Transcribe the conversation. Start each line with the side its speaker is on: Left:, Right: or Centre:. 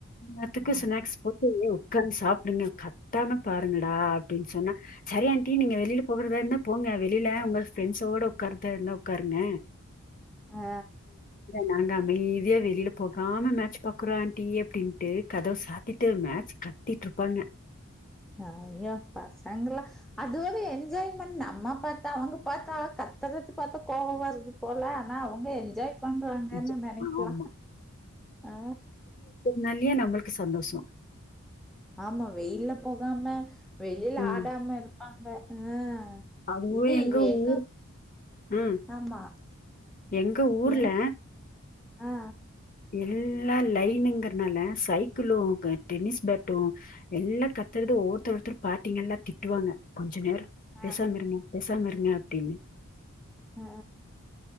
Left: எல்லாத்துக்கு
Centre: ஆ.
Left: ஸ்நாக்ஸ் போட்டு உக்காந்து சாப்பிடுங்க கத்தாம பாருங்க டா அப்டின்னு சொன்னா சரி ஆண்ட்டி நீங்க வெளியில போகறதா இருந்தா போங்க வெளியில உங்க ஃப்ரெண்ட்ஸோட உக்காரதா இருந்தா உக்காருங்க
Centre: ஆ
Left: நாங்க அமைதியா வெளியில போகாம மேட்ச் பாக்குறோ ஆன்ட்டி அப்படின்ட்டு கதவ சாத்திட்டு மேட்ச் கத்திட்ருப்பாங்க
Centre: அ ஐயோ பசங்களலா அது ஒரு என்ஜாய்மெண்ட் நம்ம பாத்தா அவங்க பாத்தா கத்துறதுக் பாத்தா கோவம் வருது போல ஆனா அவங்க என்ஜாய் பண்றாங்கன்னு
Left: ஜ-
Centre: நெனைக்கலா
Left: ஆமா
Centre: ஆ
Left: னாலயே நம்மளுக்கு சந்தோஷம்
Centre: ஆமா வெயில்ல போகாம வெயில்ல
Left: ம்
Centre: ஆடாம இருப்பா ம்ப ம்
Left: அதுவும்
Centre: இது இ எங்க
Left: ஊர் ம்
Centre: ஆமா
Left: எங்க ஊர்ல
Centre: எங்க ஆ
Left: எல்லா லைனுங்கிறனால சைக்கிளு டென்னிஸ் பேட்டும் எல்லா கத்துறது ஒருத்தர் ஒருத்தர் பாட்டிங்க எல்லாம் திட்டுவாங்க கொஞ்சம் நேரம்
Centre: ஆ.
Left: பேசாம இருங்க பே சாம இருங்க அப்டின்னு
Centre: ஆ